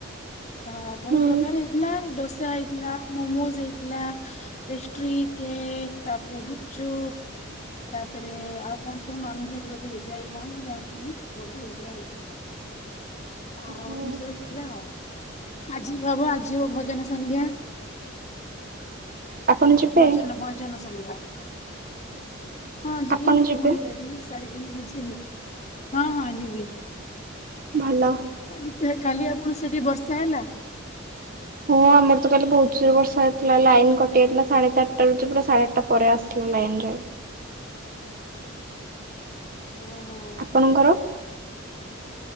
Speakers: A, on the left (about 35°); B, on the right (about 45°).
A: ହ ବହୁତ
B: ହୁଁ।
A: ପ୍ରକାର ହେଇଥିଲା ଡୋ ପି୍ଜା ହେଇଥିଲା ମୋମୋଜ ଇଥିଲା ପେଷ୍ଟ୍ରି କେକ୍ ତାପରେ ଗୁପଚୁପ ତାପରେ ଆଉ କଣ ସବୁ ନନଭେଜ ବୋଧେ ହେଇଥିଲା କି କଣ ମୁ ଜାଣିନି ବୋଧେ ହେଇଥିଲା ବୋଧେ। ଆଉ
B: ଓହୋ
A: ଉଞ୍ଚୁ ସବୁ ହେଇଥିଲା ଆଉ। ଆଜି ହବ ଆଜି ହବ ଭଜନ ସନ୍ଧ୍ୟା
B: ଆପଣ ଯିବେ
A: ଭଜନ ଭଜନ ସଂଧ୍ୟା ହଁ ଯିବି
B: ଆପଣ ଯିବେ
A: ପୁଣି ରେଡି ହେଇ ସାରି ଯିବି ହଁ ହଁ ଯିବି।
B: ଭଲ।
A: କାଲିଛ କାଲି ଆପଣ ସେଠି ବର୍ଷା ହେଲା।
B: ହଁ ଆମର ତ କାଲି ବହୁତ ଜୋର ବର୍ଷା ହେଇଥିଲା ଲାଇନ କଟି ଯାଇଥିଲା ସାଢେ ଚାରିଟା ର ପୁରା ସାଢେ ଆଠଟା ପରେ ଆସିଥିଲା ଲାଇନ ରେ।
A: ଓହୋ
B: ଆପଣଙ୍କର।